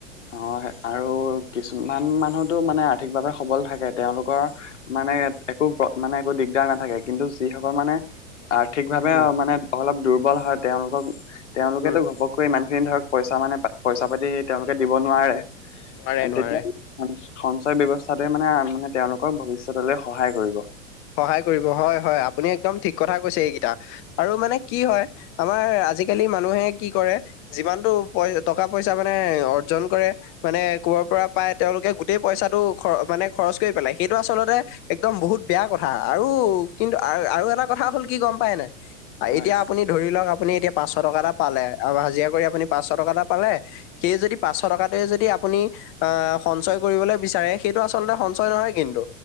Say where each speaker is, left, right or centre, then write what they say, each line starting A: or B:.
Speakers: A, on the left; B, on the left.
A: অ' আৰু কিছুমান মানুহতো মানে আৰ্থিকভাৱে সবল থাকে, তেওঁলোকৰ মানে একো মানে একো দিগদাৰ না থাকে কিন্তু যিসকল মানে আৰ্থিক ভাৱে
B: উম,
A: মানে অলপ দুৰ্বল হয় তেওঁলোকক তেওঁলোকেতো
B: উম,
A: ঘপকৈ ইমান খিনি ধৰক পইচা মানে পা, পইচা-পাতি তেওঁলোকে দিব নোৱাৰে।
B: নোৱাৰে
A: <unintelligible> তেতিয়াতো
B: নোৱাৰে
A: সঞ্চয় ব্যৱস্থাটোৱে মানে-মানে তেওঁলোকক ভৱিষ্যতলৈ সহায় কৰিব।
B: সহায় কৰিব হয় হয় আপুনি একদম ঠিক কথা কৈছে এইকেইটা, আৰু মানে কি হয় আমাৰ আজিকালি মানুহে কি কৰে, যিমানটো পই টকা পইচা মানে অৰ্জন কৰে, মানে কবাৰ পৰা পাই তেওঁলোকে গোটেই পইচাটো খ মানে খৰচ কৰি পেলাই সেইটো আচলতে একদম বহুত বেয়া কথা আৰু, কিন্তু আৰু এটা কথা হ'ল কি গম পাই নে,
A: হয়
B: এতিয়া
A: হয়
B: আপুনি ধৰি লওক আপুনি এতিয়া পাচশ টকা এটা পালে হাজিৰা কৰি আপুনি পাঁচশ টকা এটা পালে, সেই যদি পচশ টকাটোৱে যদি আপুনি, আহ সঞ্চয় কৰিবলৈ বিচাৰে সেইটো আচলতে সঞ্চয় নহয় কিন্তু।